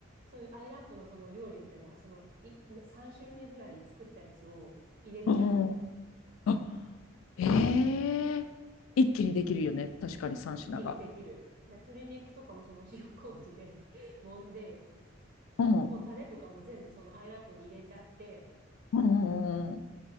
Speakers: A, on the right (about 55°); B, on the left (about 85°).
A: そういうアイラップのその料理みたいな、そのい3種類ぐらい作ったやつを入れちゃう。
B: うん、あ、えー、一気にできるよね。確かに三品が。
A: 一気にできる。で、鶏肉とかもその塩麹で <laughs> 揉んで、
B: うん、うん、
A: もうタレとかも全部そのアイラップに入れちゃって、
B: うんうん、